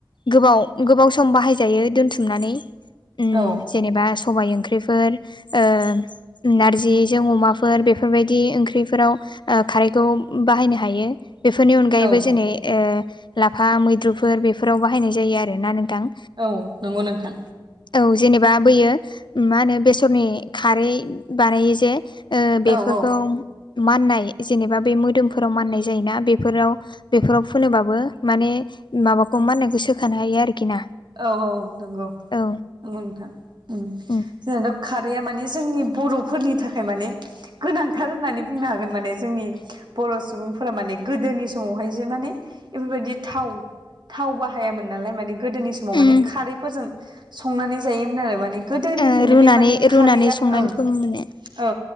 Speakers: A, on the left; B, on the right.
A: गोबाव गोबाव सम बाहायजायो दोनथुमनानै। उम
B: औ।
A: जेनेबा सबाय ओंख्रिफोर ओ नारजिजों अमाफोर बेफोरबायदि ओंख्रिफोराव ओ खारैखौ बाहायनो हायो। बेफोरनि अनगायैबो
B: औ
A: जेनै ओ लाफा मैद्रुफोर बेफोराव बाहायनाय जायो आर ना नोंथां।
B: औ नंगौ नोंथां
A: औ जेनेबा बोयो मा होनो बेसरनि खारै बानायो जे ओ बेफोरखौ
B: औ औ
A: माननाय जेनेबा बे मोदोमफोराव माननाय जायोना बेफोराव बेफोराव फुबाबो माने माबाखौ माननायखौ सोखानो हायो आरोखि ना।
B: औ औ नंगौ।
A: औ
B: नंगौ नोंथां ओं
A: उम
B: जोंनाथ' खारैया माने जोंनि बर'फोरनि थाखाय माने गोनांथार होननानै बुंनो हागोन माने जोंनि बर' सुबुंफोरा माने गोदोनि समावहाय जे माने बेफोरबायदि थाव थाव बाहायामोन नालाय माने गोदोनि स समाव माने
A: उम
B: खारैफोरजों संनानै जायोमोन आरो माने गोदोनिफ्रायनो
A: ओ रुनानै
B: बे माने खारैया
A: रुनानै संनानै
B: ओं।
A: फोमोनो
B: औ